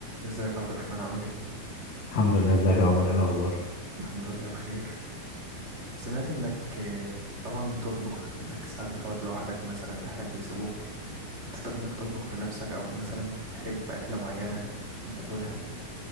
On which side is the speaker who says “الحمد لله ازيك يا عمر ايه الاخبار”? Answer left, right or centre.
Left